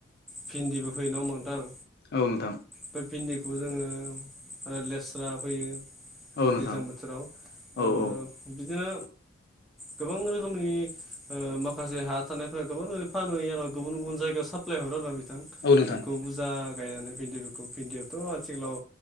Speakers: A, in the centre; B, on the left (about 50°).
A: भिन्दिबो फैयो नङा होमबा नोंथां
B: औ नोंथां
A: बे भिन्दिखौ जोङो आरो लेस्रा फैयो
B: औ नोंथां
A: दैज्लां बोथोराव
B: औ
A: ओ
B: औ
A: बिदिनो गोबां रोखोमनि माखासे हा थानायफोरा गोबां रोनि फानो आरो गुबुन गुबुन जायगायाव सा सप्लायहराब्ला बिथां
B: औ नोंथां
A: बेखौ बुरजा गायनानै भिन्दिफोरखौ भिन्दियाथ' आथिखालाव